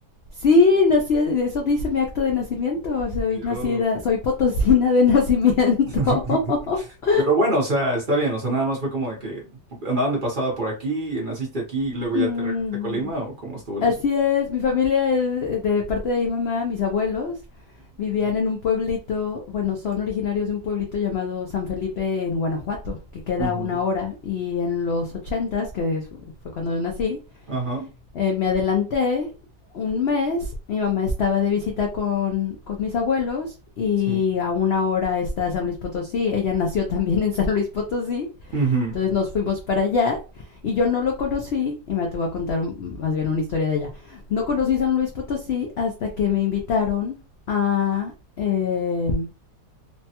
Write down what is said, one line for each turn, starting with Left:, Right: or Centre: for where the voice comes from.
Left: Sí, nací, eso dice mi acto de nacimiento, soy
Right: Dios.
Left: nacida, soy potosina de nacimiento.
Right: <laughs>
Left: <laughs>
Right: Pero bueno, o sea, está bien. O sea, nada más fue como de que andaban de pasada por aquí, naciste aquí y luego
Left: Mm,
Right: ya te regresaste a Colima o cómo estuvo el
Left: Así
Right: asunto.
Left: es, mi familia es eh, de parte de mi mamá, mis abuelos vivían en un pueblito, bueno, son originarios de un pueblito llamado San Felipe en Guanajuato, que queda
Right: Ujú,
Left: a una
Right: ujú.
Left: hora, y en los ochentas, que es- fue cuando yo nací,
Right: Ajá,
Left: eh, me adelanté un mes, mi mamá estaba de visita con, con mis abuelos y
Right: sí.
Left: a una hora está San Luis Potosí, ella nació <laughs> también en San Luis Potosí,
Right: Ujú.
Left: entonces nos fuimos para allá y yo no lo conocí, y me te voy a contar un- más bien una historia de allá. No conocí San Luis Potosí hasta que me invitaron a, eh,